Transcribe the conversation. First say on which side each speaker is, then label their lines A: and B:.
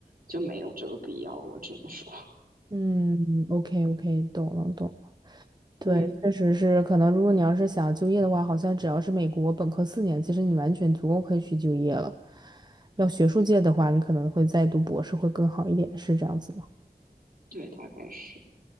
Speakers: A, on the right; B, on the right.
A: 就没有这个必要。我只能说，
B: 嗯，OK OK，懂了懂了对，
A: 嗯，
B: 确实是，可能如果你要是想就业的话，好像只要是美国本科四年，其实你完全足够可以去就业了。要学术界的话，你可能会再读博士会更好一点，是这样子吗？
A: <laughs> 对，大概是，